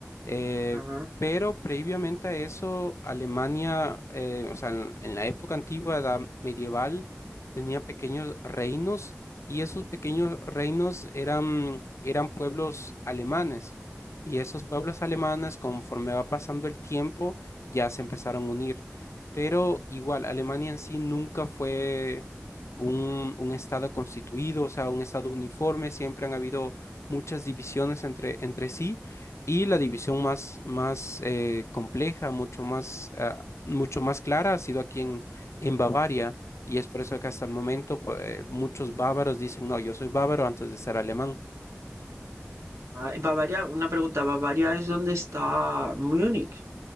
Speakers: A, on the left; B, on the right.
A: eh,
B: Ajá.
A: pero previamente a eso, Alemania, eh, o sea, en, en la época antigua, edad medieval, tenía pequeños reinos y esos pequeños reinos eran, eran pueblos alemanes. Y esos pueblos alemanes, conforme va pasando el tiempo, ya se empezaron a unir. Pero igual, Alemania en sí nunca fue un, un estado constituido, o sea, un estado uniforme. Siempre han habido muchas divisiones entre, entre sí. Y la división más, más eh, compleja, mucho más, ah, mucho más clara, ha sido aquí en, en Bavaria. Y es por eso que hasta el momento pues, eh, muchos bávaros dicen, no, yo soy bávaro antes de ser alemán.
B: Ah, Bavaria, una pregunta, ¿Bavaria es donde está Múnich?